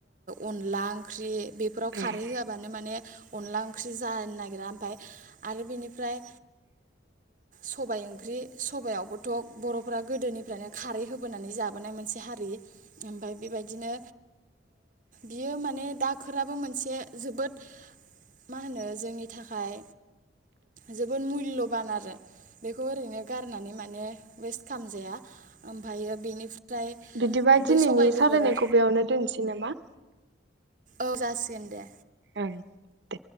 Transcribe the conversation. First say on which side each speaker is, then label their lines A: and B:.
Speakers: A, on the right; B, on the right.
A: अनला ओंख्रि बेफोराव
B: बिदिबा
A: खारै होआबानो माने अनला ओंख्रि जानो नागिरा ओमफफ्राय आरो बेनिफ्राय सबाय ओंख्रि सबायावबोथ' बर' फोरा गोदोनिफ्रायनो खारै होबोनानै जाबोनाय मोनसे हारि ओमफ्राय बेबायदिनो बियो माने दाखोराबो मोनसे जोबोद मा होनो जोंनि थाखाय जोबोर मुल्य' बान आरो बेखौ ओरैनो गारनानै माने माने वेस्ट खालामजाया ओमफ्रायो बेनिफ्राय
B: बिदिबा
A: बै
B: दिनैनि
A: सबाइ बेगरा
B: सावरायनायखौ बेयावनो दोनसै नामा
A: औ जासिगोन दे
B: ओं दे